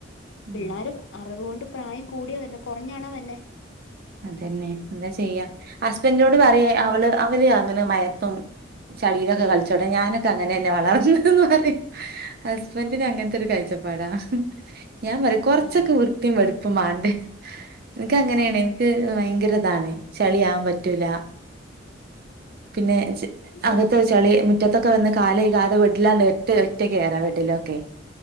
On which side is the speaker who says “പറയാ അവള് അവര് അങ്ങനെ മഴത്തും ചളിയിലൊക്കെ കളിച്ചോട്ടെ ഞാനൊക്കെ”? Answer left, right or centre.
Right